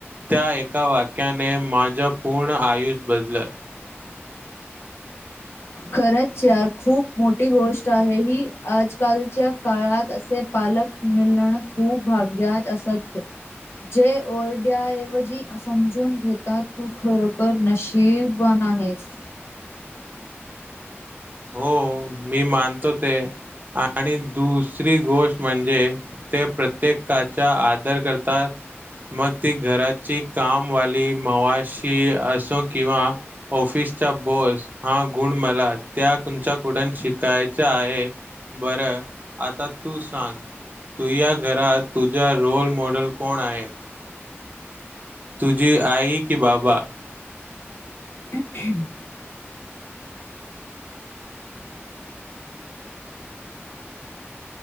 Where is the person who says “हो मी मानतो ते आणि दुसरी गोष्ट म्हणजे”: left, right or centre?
Right